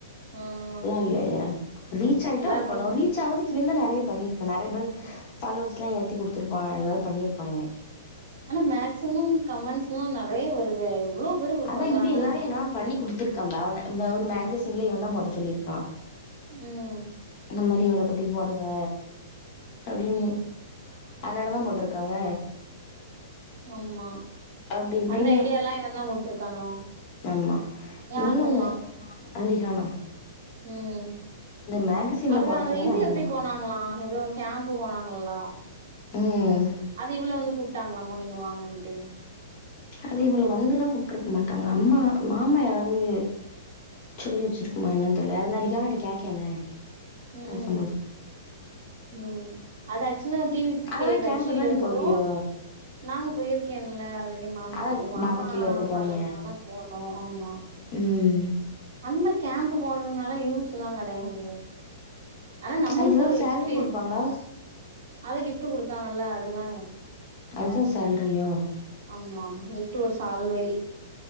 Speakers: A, on the right; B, on the left.
A: ம்
B: இல்லயா ரீச் ஆய்ட்டா
A: எல்லாருக்கு
B: ஒர்க் ஆடு ரீச் ஆவுறதுக்கு இவேந்தா நெறைய பண்ணிருக்கா நெறய பேர் ஃபாலோவர்ஸ்லா ஏத்தி குடுத் துருப்பா எதாவது பண்ணிருப்பா இவே
A: ஆனா மேக்சிமம் கமண்ட்ஸ்லா நெறைய வருதே எவ்ளோ பேரு
B: அதான்
A: பண்றாங்க
B: இவன் எல்லாமே
A: இத
B: என்னவோ பண்ணி குடுத்துருக்கா அந்த அவன வ ஒரு மேகசின்ல இவந்தா போட சொல்லிருக்கா
A: ம்
B: இந்த மாரி இவள பத்தி போடுங்க அப்டின்
A: ம்
B: அதனால தா போட்ருக்காங்க
A: ஆமா
B: அப்டி இப்டின்னு
A: அந்த ஐடியால்லா இவந்தா குடுத்துருக்கானோ
B: ஆமா
A: யார்
B: இவனு
A: சொன்னா
B: அதிரிகானா
A: ம்
B: மேகசின்ல
A: அப்பறோ
B: போட
A: அந்த
B: சொன்னது
A: இது
B: அவன்
A: எப்டி
B: தானா
A: போனாங்ளா ஏதோ கேம்ப் போனாங்கல்லா
B: ம்
A: அது இவள வந்து கூப்ட்டாங்களாமோ நீங்க வாங்கன்ட்டு
B: அது இவள வந்துல்லா கூப்ட்டுருக்க மாட்டாங்க அம்மா மாமா யாராவது சொல்லி வச்சிருகுமா என்னன்னு தெரில அத நா ரிகானாட்ட கேக்கே என்ன
A: ம்
B: பேசம்போது
A: ம் அது ஆக்சுவல டி வி
B: அது
A: கே
B: மாரி கேம்புக்கு
A: கட்சில
B: தா
A: இருந்து
B: நீ போவியோ
A: நாங்க போயிருக்கேன்ல அல்ரெடி மா
B: அதா
A: அது மாமா
B: பாபக்கீழ ஒருக்க போனியே
A: பண்ணதுனால போனோ ஆமா
B: ம்
A: அந்தர் கேம்ப் போடுறதுனால யூஸ் எல்லா கெடையாது ஆனா நம்மளுக்கு
B: அதுக்கு ஏதாவது
A: ஒரு
B: சேல்ரி
A: எக்ஸ்பீரியன்ஸ்
B: குடுப்பாங்களா
A: அது கிஃப்ட் குடுத்தாங்கல்ல அதுதா
B: அதுதா சேல்ரியோ
A: ஆமா கிஃப்ட் ஒரு சால்வை